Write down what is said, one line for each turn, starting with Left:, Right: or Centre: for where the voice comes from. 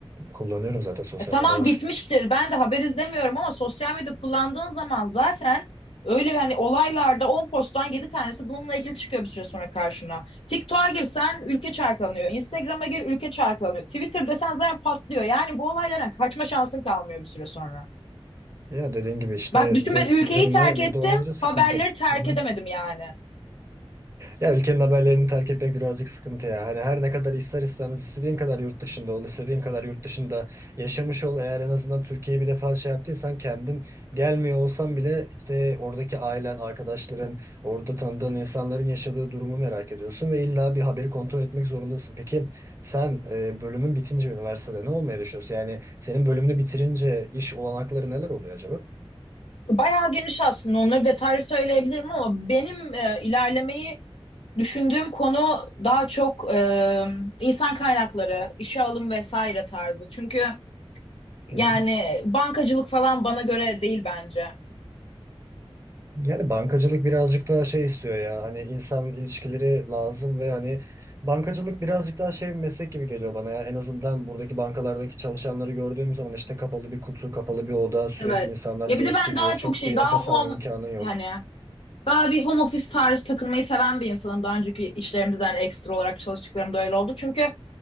Right: Kullanıyorum zaten sosyal
Left: E, tamam
Right: medya var.
Left: bitmiştir. Ben de haber izlemiyorum ama sosyal medya kullandığın zaman zaten öyle yani olaylarda 10 posttan 7 tanesi bununla ilgili çıkıyor bir süre sonra karşına. TikTok'a girsen ülke çarklanıyor. Instagram'a gir ülke çarklanıyor. Twitter desen zaten patlıyor. Yani bu olaylardan kaçma şansın kalmıyor bir süre sonra.
Right: Ya dediğin gibi işte
Left: Bak düşün
Right: bir de
Left: ben ülkeyi
Right: üzerine
Left: terk ettim,
Right: burada olunca sıkıntı.
Left: haberleri terk
Right: Hı hı.
Left: edemedim yani.
Right: Ya ülkenin haberlerini terk etmek birazcık sıkıntı ya. Hani her ne kadar ister istemez istediğin kadar yurt dışında ol, istediğin kadar yurt dışında yaşamış ol. Eğer en azından Türkiye'yi bir defa şey yaptıysan kendin gelmiyor olsan bile işte oradaki ailen, arkadaşların, orada tanıdığın insanların yaşadığı durumu merak ediyorsun ve illa bir haberi kontrol etmek zorundasın. Peki sen e, bölümün bitince üniversitede ne olmayı düşünüyorsun? Yani senin bölümünü bitirince iş olanakları neler oluyor acaba?
Left: Bayağı geniş aslında onları detaylı söyleyebilirim ama benim e, ilerlemeyi Düşündüğüm konu daha çok e, insan kaynakları, işe alım vesaire tarzı. Çünkü yani
Right: Hı hı.
Left: bankacılık falan bana göre değil bence.
Right: Yani bankacılık birazcık daha şey istiyor ya hani insan ilişkileri lazım ve hani bankacılık birazcık daha şey bir meslek gibi geliyor bana ya en azından buradaki bankalardaki çalışanları gördüğüm zaman işte kapalı bir kutu kapalı bir oda sürekli
Left: Evet.
Right: insanlar
Left: Ya
Right: gelip
Left: bir de ben
Right: gidiyor
Left: daha çok
Right: çok
Left: şey,
Right: bir
Left: daha
Right: nefes
Left: home
Right: alma imkanı yok.
Left: yani daha bir home office tarzı takılmayı seven bir insanım. Daha önceki işlerimde de hani ekstra olarak çalıştıklarımda öyle oldu. Çünkü